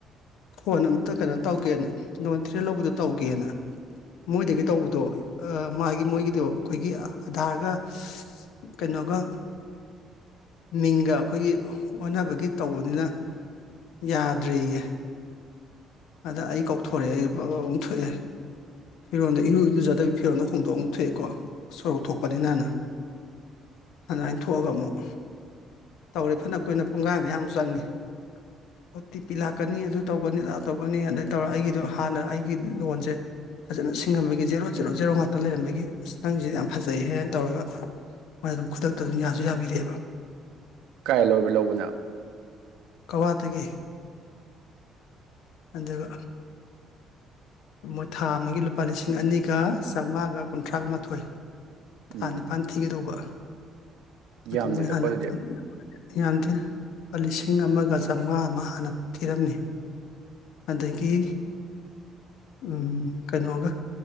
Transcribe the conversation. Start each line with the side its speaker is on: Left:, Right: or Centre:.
Left: ꯐꯣꯟ ꯑꯃꯇ ꯀꯩꯅꯣ ꯇꯧꯒꯦꯅ ꯂꯣꯟ ꯊꯤꯔꯦ ꯂꯧꯕꯗꯣ ꯇꯧꯒꯦꯅ ꯃꯣꯏꯗꯒꯤ ꯇꯧꯕꯗꯣ ꯃꯥꯒꯤ ꯃꯣꯏꯒꯤꯗꯣ ꯑꯩꯈꯣꯏꯒꯤ ꯑꯙꯔꯒ ꯀꯩꯅꯣꯒ ꯃꯤꯡꯒ ꯑꯩꯈꯣꯏꯒꯤ ꯑꯣꯟꯅꯕꯒꯤ ꯇꯧꯕꯅꯤꯅ ꯌꯥꯗ꯭ꯔꯔꯤꯌꯦ ꯑꯗ ꯑꯩ ꯀꯥꯎꯊꯣꯔꯛꯑꯦ ꯑꯩ ꯄ ꯑꯃꯨꯛ ꯊꯣꯛꯑꯦ ꯐꯤꯔꯣꯟꯜꯗꯣ ꯏꯔꯨ ꯏꯔꯨꯖꯗꯕ ꯐꯤꯔꯣꯟꯜꯗꯣ ꯍꯣꯡꯗꯣꯛ ꯑꯃꯨ ꯊꯣꯛꯑꯦꯀꯣ ꯁꯣꯔꯣꯛ ꯊꯣꯛꯄꯅꯤꯅꯅ ꯑꯗꯨꯃꯥꯏꯅ ꯊꯣꯛꯑꯒ ꯑꯃꯨꯛ ꯇꯧꯔꯦ ꯐꯅ ꯀꯨꯏꯅ ꯄꯨꯡꯈꯥꯏ ꯃꯌꯥꯝ ꯑꯃ ꯆꯪꯉꯦ ꯑꯣ ꯇꯤ ꯄꯤ ꯂꯥꯛꯀꯅꯤ ꯑꯗꯨ ꯇꯧꯒꯅꯤ ꯑꯗ ꯇꯧꯒꯅꯤ ꯑꯗꯩ ꯇꯧꯔꯒ ꯑꯩꯒꯤꯗꯣ ꯍꯥꯟꯅ ꯑꯩꯒꯤ ꯂꯣꯟꯁꯦ ꯐꯖꯅ ꯁꯤꯡꯉꯝꯕꯒꯤ ꯖꯦꯔꯣ ꯖꯦꯔꯣ ꯖꯦꯔꯣ ꯉꯥꯛꯇ ꯂꯩꯔꯝꯕꯒꯤ ꯑꯁ ꯅꯪꯁꯤꯗꯤ ꯌꯥꯝ ꯐꯖꯩ ꯍꯥꯏꯅ ꯇꯧꯔꯒ ꯃ ꯑꯗꯨꯝ ꯈꯨꯗꯛꯇ ꯑꯗꯨꯝ ꯌꯥꯁꯨ ꯌꯥꯕꯤꯔꯛꯑꯦꯕ
Right: ꯀꯥꯏ ꯂꯣꯏꯕ ꯂꯧꯕꯅꯣ
Left: ꯀꯧꯋꯥꯇꯗꯒꯤ ꯑꯗꯨꯒꯒ ꯃꯣꯏ ꯊꯥ ꯑꯃꯒꯤ ꯂꯨꯄꯥ ꯂꯤꯁꯤꯡ ꯑꯅꯤꯒ ꯆꯥꯝꯃꯉꯥꯒ ꯀꯨꯟꯊ꯭ꯔꯥꯒ ꯃꯥꯊꯣꯏ ꯊꯥ
Right: ꯎꯝ
Left: ꯅꯤꯄꯥꯜ ꯊꯤꯒꯗꯧꯕ ꯑꯗꯨ
Right: ꯌꯥꯝꯗꯦꯗꯀꯣ
Left: ꯃꯣꯏ ꯍꯥꯟꯅ
Right: ꯑꯗꯨꯗꯤ
Left: ꯑꯗꯨ ꯌꯥꯝꯗꯦ ꯂꯨꯄꯥ ꯂꯤꯁꯤꯡ ꯑꯃꯒ ꯆꯥꯝꯃꯉꯥ ꯑꯃ ꯍꯥꯟꯅ ꯊꯤꯔꯝꯃꯤ ꯑꯗꯒꯤ ꯎꯝ ꯀꯩꯅꯣꯒ